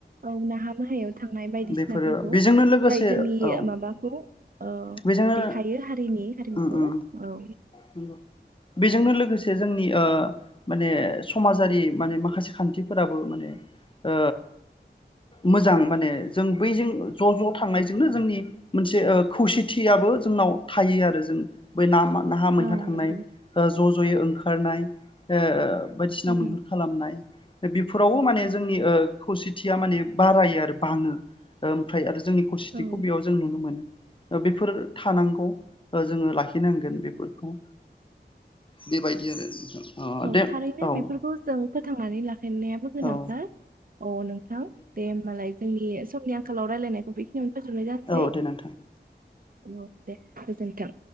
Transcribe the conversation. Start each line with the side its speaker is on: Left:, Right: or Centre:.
Right: औ नाहा माहायाव थांनाय बायदिसिनाफोरखौ
Left: बेफोरो बेजोंनो लोगोसे
Right: जाय जोंनि
Left: औ
Right: माबाखौ ओ
Left: बेजोंनो
Right: देखायो हारिनि हारिमुखौ
Left: उम उम
Right: औ
Left: नंगौ बेजोंनो लोगोसे जोंनि ओ माने समाजारि माने माखासे खान्थिफोराबो ओ मोजां माने जों बैजों ज' ज' थांनायजोंनो जोंनि मोनसे खौसेथियाबो जोंनाव थायो आरो जों बै ना मा नाहा मैहा
Right: औ
Left: थांनाय
Right: नंगौ
Left: ओ ज' ज'यै ओंखारनाय <unintelligible> बायदिसिना
Right: उम
Left: मैहुर नाय बिफोरावबो माने जोंनि ओ खौसेथिया माने बारायो आरो बाङो उमफ्राय आरो जोंनि खौसेथिखौ
Right: औ
Left: बेयाव जों नुनो मोनो। बेफोर थानांगौ जोङो लाखिनांगोन बेफोरखौ बेबायदि आरो नोंथां अ
Right: औ
Left: दे
Right: थारैनो
Left: औ
Right: बेफोरखौ जों फोथांनानै लाखिनायाबो गोनांथार
Left: औ
Right: औ नोंथां दे होमबालाय जोंनि समनि आंखालाव रायलायनायखौ बे <unintelligible> फोजोबनाय जानसै
Left: औ दे नोंथां
Right: औ दे गोजोनथों